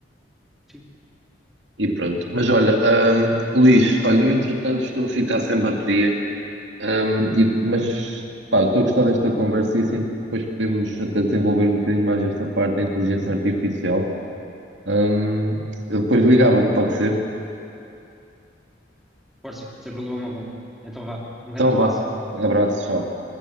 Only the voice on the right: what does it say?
E pronto. Mas olha, hum, Luís, olha, eu entretanto estou a ficar sem bateria, hum, e- mas pá, estou a gostar desta conversa e assim depois podemos até desenvolver um bocadinho mais esta parte da inteligência artificial. Hum, eu depois ligava-te, pode ser?
Então
vá, abraço, tchau.